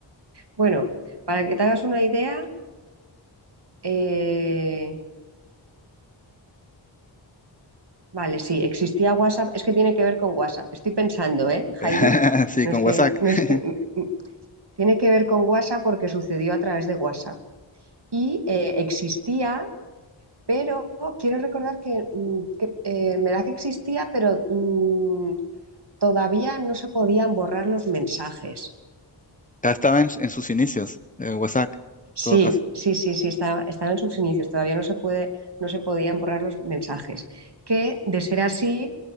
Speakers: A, on the right; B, on the left.
A: Bueno, para que te hagas una idea, eh, vale, sí, existía WhatsApp, es que tiene que ver con WhatsApp. Estoy pensando, ¿eh,
B: <laughs>
A: Jairo?
B: Sí,
A: No
B: con
A: es que,
B: WhatsApp.
A: no
B: <laughs>
A: es que, mm, mm, tiene que ver con WhatsApp porque sucedió a través de WhatsApp. Y eh, existía, pero quiero recordar que, mm, que, eh, me da que existía, pero... mm, todavía no se podían borrar los mensajes.
B: Ya Estaba en, en sus inicios, eh, WhatsApp, en
A: Sí,
B: todo caso.
A: sí, sí, sí, está- están en sus inicios, todavía no se puede, no se podían borrar los mensajes. Que de ser así,